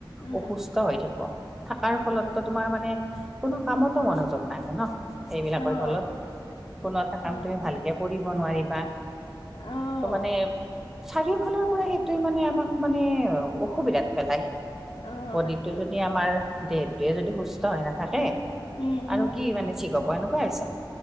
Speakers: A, on the left; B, in the centre.
A: উম,
B: অসুস্থ হৈ থাকো থকাৰ
A: উম,
B: ফলতো
A: উম।
B: তোমাৰ মানে কোনো কামতো মনোযোগ নাহে ন সেইবিলাকৰ
A: অ',
B: ফলত কোনো এটা কাম
A: অ',
B: তুমি ভালকে কৰিব নোৱাৰিবা।
A: অ'।
B: ত মানে চাৰিওফালৰ পৰা সেইটোে মানে আমাক মানে অসুবিধাত পেলায়।
A: অ',
B: বডিটো
A: তাকে
B: যদি আমাৰ দেহটোৱে যদি সুস্থ হৈ নাথাকে।
A: উম, উম,
B: আৰু কি মানে চিক লব এনেকুৱা হৈছে